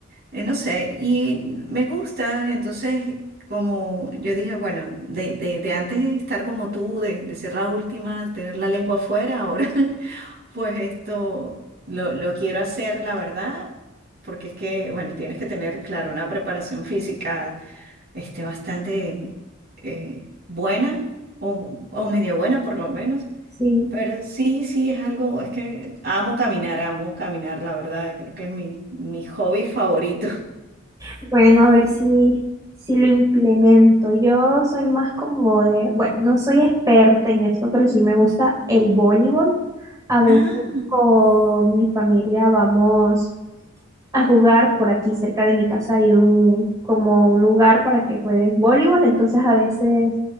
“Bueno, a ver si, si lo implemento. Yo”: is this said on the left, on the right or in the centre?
Right